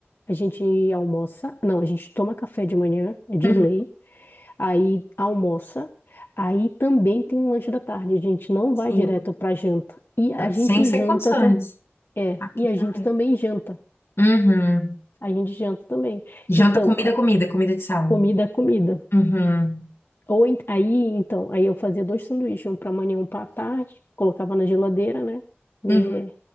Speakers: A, on the left; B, on the left.
A: a gente almoça, não, a gente toma café de manhã, é de
B: Uhum.
A: lei, aí almoça. Aí também tem um lanche da tarde, a gente não
B: Sim.
A: vai direto para janta. E a gente
B: Sem, sem
A: janta
B: condições.
A: também. É,
B: Aqui
A: e a
B: também.
A: gente também janta.
B: Uhum.
A: A gente janta também. Então,
B: Janta, comida,
A: a-
B: comida, comida de sal.
A: comida é comida.
B: Uhum.
A: Ou ent- aí, então, aí eu fazia dois sanduíches, um para manhã, um para tarde, colocava na geladeira, né? E
B: Uhum.